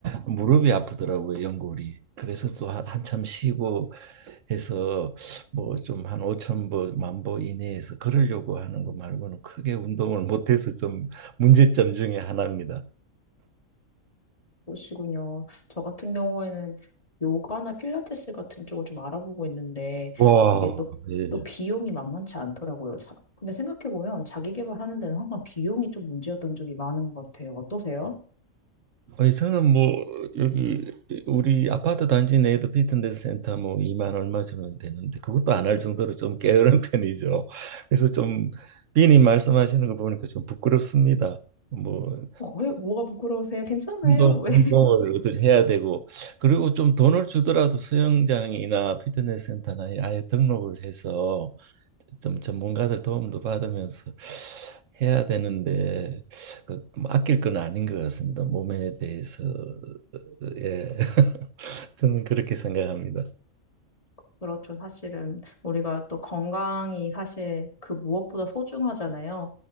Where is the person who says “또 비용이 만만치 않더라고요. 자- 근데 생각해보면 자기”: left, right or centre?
Left